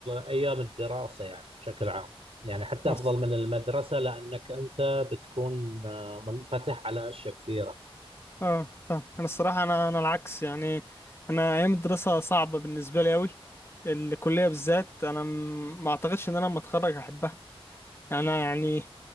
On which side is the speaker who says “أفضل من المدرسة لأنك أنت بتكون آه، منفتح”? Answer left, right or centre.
Right